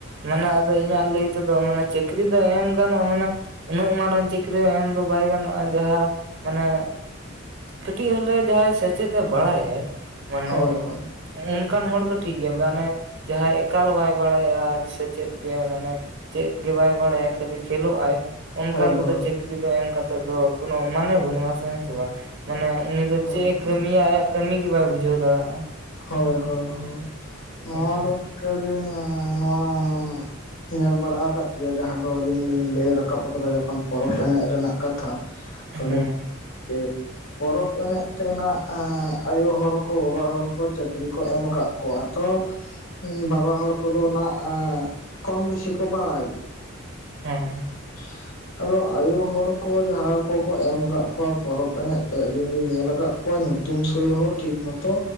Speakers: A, on the right; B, on the left.
A: ᱢᱟᱱᱮ ᱟᱫᱚ ᱤᱧᱟᱜ ᱞᱟᱹᱭ ᱛᱮᱫᱚ ᱢᱟᱱᱮ ᱪᱟᱹᱠᱨᱤ ᱫᱚ ᱮᱢ ᱜᱟᱱᱚᱜ-ᱟ ᱢᱟᱱᱮᱼᱼ ᱩᱱᱟᱹᱜ ᱢᱟᱨᱟᱝ ᱪᱟᱹᱠᱨᱤ ᱮᱢ ᱫᱚ ᱵᱟᱭ ᱜᱟᱱᱚᱜ-ᱟ ᱡᱟᱦᱟᱸ ᱢᱟᱱᱮᱼᱼ ᱠᱟᱹᱴᱤᱡ ᱦᱤᱞᱳᱜ ᱡᱟᱦᱟᱸᱭ ᱥᱮᱪᱮᱫ ᱮ ᱵᱟᱲᱟᱭᱟᱭ ᱢᱟᱱᱮᱼᱼ
B: ᱦᱳᱭ ᱦᱳᱭ
A: ᱩᱱᱠᱟᱱ ᱦᱚᱲ ᱫᱚ ᱴᱷᱤᱠ ᱜᱮᱭᱟ ᱟᱫᱚ ᱦᱟᱱᱮᱼᱼ ᱡᱟᱦᱟᱸᱭ ᱮᱠᱟᱞ ᱵᱟᱭ ᱵᱟᱲᱟᱭᱟ ᱥᱮᱪᱮᱫ ᱜᱮ ᱢᱟᱱᱮᱼᱼ ᱪᱮᱫ ᱜᱮ ᱵᱟᱭ ᱵᱟᱲᱟᱭᱟ ᱠᱷᱟᱹᱞᱤ ᱠᱷᱮᱞᱳᱜ ᱟᱭᱼᱼ ᱚᱱᱠᱟᱱ
B: ᱦᱳᱭ
A: ᱠᱚᱫᱚ
B: ᱦᱳᱭ
A: ᱪᱟᱹᱠᱨᱤ ᱫᱚ ᱮᱢ ᱠᱟᱛᱮᱮᱫ ᱫᱚ ᱠᱚᱱᱚ ᱢᱟᱱᱮ ᱵᱟᱹᱱᱩᱜ ᱟᱥ ᱦᱮᱸ ᱥᱮ ᱵᱟᱝ ᱢᱟᱱᱮ ᱩᱱᱤ ᱟᱫᱚ
B: ᱦᱳᱭ
A: ᱪᱮᱫ ᱮ
B: ᱦᱳᱭ
A: ᱠᱟᱹᱢᱤᱭᱟ ᱟᱭᱟᱜ ᱠᱟᱹᱢᱤ ᱜᱮ ᱵᱟᱭ ᱵᱩᱡᱷᱟᱹᱣ ᱫᱟᱲᱮᱭᱟᱜᱼᱟ
B: ᱦᱚᱭ ᱦᱚᱭ ᱦᱚᱭ ᱱᱚᱶᱟ
A: ᱦᱮᱸ
B: ᱫᱚᱠ ᱟᱹᱞᱤᱧ ᱱᱚᱶᱟ ᱧᱮᱞ ᱵᱟᱲᱟ ᱟᱠᱟᱜ ᱜᱮᱭᱟ ᱡᱟᱦᱟᱸ ᱫᱚ ᱟᱹᱞᱤᱧ ᱞᱤᱧ ᱞᱟᱹᱭ ᱨᱟᱠᱟᱵ ᱟᱠᱟᱫᱟ ᱡᱚᱠᱷᱚᱱ ᱯᱚᱨᱚᱵᱽ ᱮᱱᱮᱡ ᱨᱮᱱᱟᱜ ᱠᱟᱛᱷᱟᱼᱼ
A: ᱦᱮᱸ
B: ᱛᱟᱦᱚᱞᱮᱜᱼᱼ ᱡᱮ ᱯᱚᱨᱚᱵᱽ ᱮᱱᱮᱡ ᱛᱮᱱᱟᱜ ᱟᱸᱜ ᱟᱭᱳ ᱦᱚᱲ ᱠᱚ ᱵᱟᱵᱟ ᱦᱚᱲ ᱼᱼ ᱠᱚ ᱪᱟᱹᱠᱨᱤ ᱠᱚ ᱮᱢ ᱟᱠᱟᱜ ᱠᱚᱣᱟ ᱛᱚᱼᱼ ᱩᱸ ᱵᱟᱵᱟ ᱦᱚᱲ ᱠᱚᱫᱚ ᱱᱟᱜ-ᱟᱜ ᱠᱚᱢ ᱵᱤᱥᱤ ᱠᱚ ᱵᱟᱲᱟᱭ᱾
A: ᱦᱮᱸ᱾
B: <inaudible> ᱟᱫᱚ ᱟᱭᱳ ᱦᱚᱲ ᱠᱚ ᱡᱟᱦᱟᱸ ᱠᱚᱠᱚ ᱮᱢ ᱟᱠᱟᱜ ᱠᱚᱣᱟ ᱯᱚᱨᱚᱵᱽ ᱮᱱᱮᱡ ᱛᱮᱜ ᱟᱹᱞᱤᱧ ᱞᱤᱧ ᱧᱮᱞ ᱟᱠᱟᱜᱼᱼ ᱟᱠᱚᱣᱟ ᱧᱩᱛᱩᱢ ᱥᱳᱦᱤ ᱦᱚᱸ ᱴᱷᱤᱠ ᱢᱚᱛᱚ